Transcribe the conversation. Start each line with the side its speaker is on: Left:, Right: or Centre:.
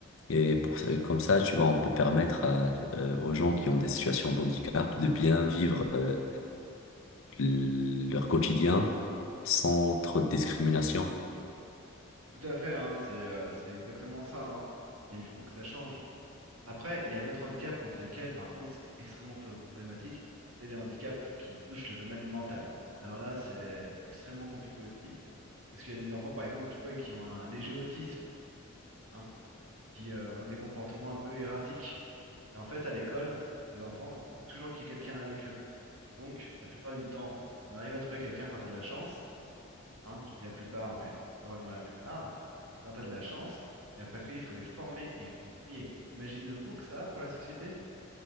Left: Et pour, ça- comme ça, tu vois, on peut permettre à, euh, aux gens qui ont des situations de handicap de bien vivre euh, leur quotidien sans trop de discrimination.
Right: Tout à fait, hein, c'est euh, c'est exactement ça. hein. Et il faut que ça change. Après, il y a d'autres handicaps contre lesquels, par contre, c'est extrêmement pro- problématique. C'est les handicaps qui touchent le domaine mental. Alors là, c'est extrêmement compliqué aussi. Parce qu'il y a des enfants, par exemple, tu vois, qui ont un léger autisme, hein, qui euh, ont des comportements un peu erratiques. Et en fait, à l'école, pour ces enfants, il faut toujours qu'il y ait quelqu'un avec eux. Donc, la plupart du temps, on arrive à trouver quelqu'un quand tu as de la chance hein, je dis la plupart, mais c'est pas vraiment la plupart, c'est quand tu as de la chance, et parce qu'il faut les former et il faut les payer. T'imagines le coût que ça a pour la société?